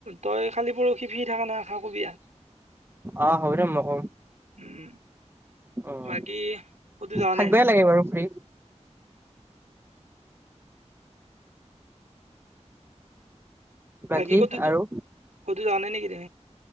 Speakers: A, on the right; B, on the right.
A: তই খালি পৰহি ফ্ৰী থাকা নাই আশা কবিয়া?
B: অ হবিদে মই কম।
A: উম।
B: অঁ
A: বাকী ক'তো যোৱা
B: থাকবাই
A: নাই,
B: লাগে বাৰু ফ্ৰী। বাকী
A: বাকি ক'ত যো,
B: আৰু
A: ক'ত যোৱা নাই নেকি এতিয়া?